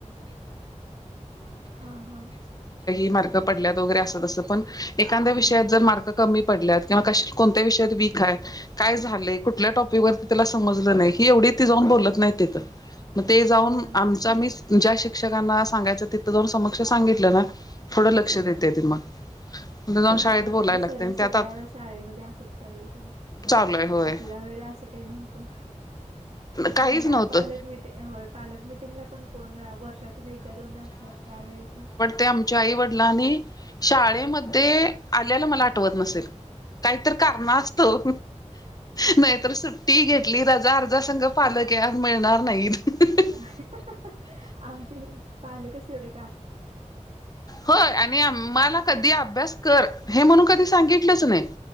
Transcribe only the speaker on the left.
मार्क पडले वगैरे असं तसं पण एखाद्या
विषयात
जर मार्क कमी पडल्यात किंवा कोणत्या विषयात वीक आहे, काय झाले कुठल्या टॉपिक त्याला समजलं नाही. ही एवढी ती जाऊन बोलत नाही तिथ मग ते जाऊन
आमच म ज्या प्रेक्षकांना सांगायचं तिथं जाऊन समक्ष सांगितलं ना थोडं लक्ष देते त मग तिथं
जाऊन शाळेत
बोलायला
लागते आणि
त्यात
चालू आहे होय
काहीच
नव्हतं
ते आमच्या आई वडिलांनी शाळेमध्ये आल्याला मला आठवत नसेल. काहीत कारणा असतो नाहीतर सुट्टी घेतली रजा संघ
पालक आहे आज मिळणार नाहीत
होय आणि आमला कधी
अभ्यास कर हे म्हणून कधी सांगि कुठलच नाही